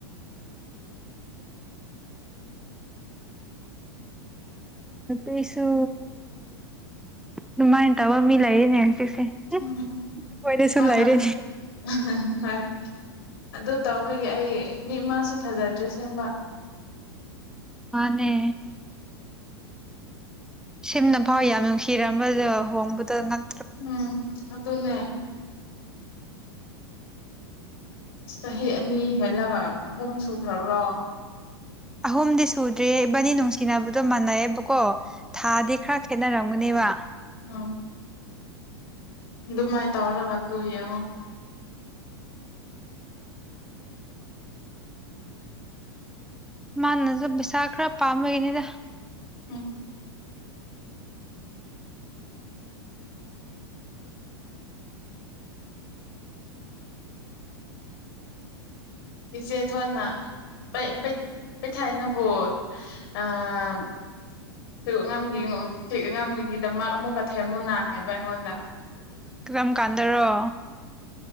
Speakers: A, in the centre; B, on the left.
A: ꯅꯨꯄꯤꯁꯨ ꯗꯨꯃꯥꯏꯅ ꯇꯧꯕ ꯃꯤ ꯂꯩꯔꯤꯅꯦ ꯍꯧꯖꯤꯛꯁꯦ
B: ꯎꯝ
A: ꯑꯩꯈꯣꯏꯗꯁꯨ
B: ꯃꯥꯅ
A: ꯂꯩꯔꯤꯅꯦ
B: ꯃꯥꯅ ꯍꯥꯏ ꯑꯗꯨ ꯇꯧꯕꯒꯤ ꯑꯩ ꯃꯤ ꯑꯃꯁꯨ ꯊꯥꯖꯗ꯭ꯔꯦ ꯁꯦꯡꯕ꯫
A: ꯃꯥꯅꯦ꯫ ꯁꯤꯝꯅ ꯐꯥꯎ ꯌꯥꯝ ꯅꯨꯡꯁꯤꯔꯝꯕꯗ ꯍꯣꯡꯕꯗꯣ ꯉꯛ
B: ꯎꯝ ꯑꯗꯨꯅꯦ꯫ ꯆꯍꯤ ꯑꯅꯤ ꯍꯦꯜꯂꯒ ꯑꯍꯨꯝ ꯁꯨꯈ꯭ꯔꯔꯣ
A: ꯑꯍꯨꯝꯗꯤ ꯁꯨꯗ꯭ꯔꯦ ꯏꯕꯥꯅꯤ ꯅꯨꯡꯁꯤꯅꯕ ꯑꯗꯨ ꯃꯥꯅꯩꯑꯦꯕꯀꯣ ꯊꯥꯗꯤ ꯈꯔ ꯈꯦꯠꯅꯔꯝ ꯃꯅꯦꯕꯥ
B: ꯑꯥ ꯑꯗꯨꯃꯥꯏ ꯇꯧꯔꯒ ꯇꯨ ꯌꯦꯡꯉꯣ꯫
A: ꯃꯥꯥꯅꯁꯨ ꯕꯤꯁꯥ ꯈꯔ ꯄꯥꯝꯒꯤꯅꯤꯗ
B: ꯎꯝ ꯏꯆꯦ ꯊꯣꯟꯅ ꯄꯩ ꯄꯩꯊꯥꯏꯅꯕꯨ ꯑꯥ <inaudible> ꯑꯉꯝꯒꯤ <unintelligible> ꯑꯉꯥꯝꯒꯤꯗꯃꯛ ꯑꯃꯨꯛꯀ ꯊꯦꯝꯃꯨꯟꯅ ꯍꯥꯏꯕ ꯑꯩꯉꯣꯟꯗ꯫
A: ꯀꯔꯝ ꯀꯥꯟꯗꯔꯣ꯫